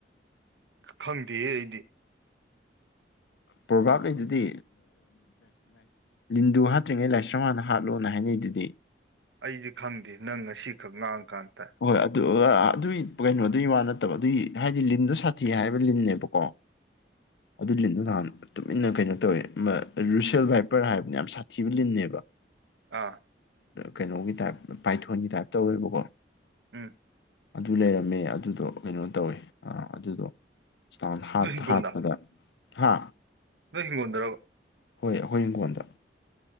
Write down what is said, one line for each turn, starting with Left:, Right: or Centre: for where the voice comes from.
Right: ꯈꯪꯗꯦꯍꯦ ꯑꯩꯗꯤ꯫
Left: ꯄ꯭ꯔꯣꯕꯥꯞ ꯂꯩꯗꯨꯗꯤ꯫ ꯂꯤꯟꯗꯨ ꯍꯥꯠꯇ꯭ꯔꯤꯉꯩ ꯂꯥꯏꯁ꯭ꯔꯝ ꯍꯥꯟꯅ ꯍꯥꯠꯂꯨ ꯍꯥꯏꯅꯩꯗꯨꯗꯤ
Right: ꯑꯩꯗꯤ ꯈꯪꯗꯦ ꯅꯪ ꯉꯁꯤꯈꯛ ꯉꯥꯡꯉꯀꯥꯟ ꯇꯥꯏ꯫
Left: ꯍꯣꯏ ꯑꯗꯨ ꯑꯗꯨꯒꯤ ꯀꯩꯅꯣꯗꯨꯒꯤ ꯋꯥ ꯅꯠꯇꯕ ꯑꯗꯨꯏ ꯍꯥꯏꯗꯤ ꯂꯤꯟꯗꯣ ꯁꯥꯊꯤ ꯍꯥꯏꯕ ꯂꯤꯟꯅꯦꯕꯀꯣ꯫ ꯑꯗꯨ ꯂꯤꯟꯗꯨ ꯅꯥꯍꯟ꯫ ꯇꯨꯃꯤꯟꯅ ꯀꯩꯅꯣ ꯇꯧꯋꯦ ꯔꯨꯁꯦꯜ ꯚꯥꯏꯄꯔ ꯍꯥꯏꯕꯅꯦ ꯌꯥꯝ ꯁꯥꯊꯤꯕ ꯂꯤꯟꯅꯦꯕ꯫
Right: ꯑꯥ꯫
Left: ꯀꯩꯅꯣꯒꯤ ꯇꯥꯏꯞ ꯄꯥꯏꯊꯣꯟꯒꯤ ꯇꯥꯏꯞ ꯇꯧꯋꯦꯕꯀꯣ꯫
Right: ꯎꯝ꯫
Left: ꯑꯗꯨ ꯂꯩꯔꯝꯃꯦ ꯑꯗꯨꯗꯣ ꯀꯩꯅꯣ ꯇꯧꯔ‌ꯦ ꯑꯗꯨꯗꯣ꯫ ꯁꯥꯟ <inaudible> ꯍꯥꯊ
Right: ꯅꯣꯏ ꯍꯤꯡꯒꯣꯟꯗ
Left: ꯍꯥꯗ ꯍꯥ꯫
Right: ꯅꯣꯏ ꯍꯤꯡꯒꯣꯟꯗꯔꫭꯕ꯫
Left: ꯍꯣꯏ ꯑꯈꯣꯏ ꯍꯤꯡꯒꯣꯜꯗ꯫